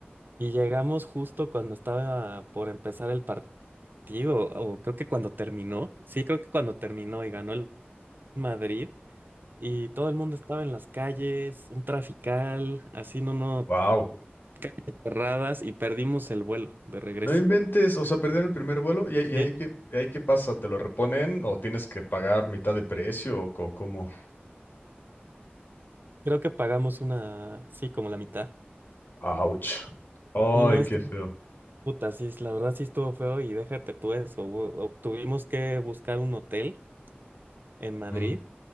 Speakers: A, on the right (about 55°); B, on the left (about 55°).
A: y llegamos justo cuando estaba por empezar el partido, o creo que cuando terminó, sí, creo que cuando terminó y ganó el Madrid, y todo el mundo estaba en las calles, un trafical, así no, no,
B: Wow.
A: calles cerradas, y perdimos el vuelo de regreso.
B: No inventes, o sea, perdieron el primer vuelo y, ahí- y
A: Sí,
B: ahí qué, y ahí qué pasa, ¿te lo reponen o tienes que pagar mitad de precio o co- cómo?
A: Creo que pagamos una, sí, como la mitad.
B: Ouch. Ay,
A: Y no,
B: qué
A: este
B: feo.
A: Puta, sí, la verdad sí estuvo feo y déjate tú eso. hubo- o- Tuvimos que buscar un hotel en Madrid
B: Mm,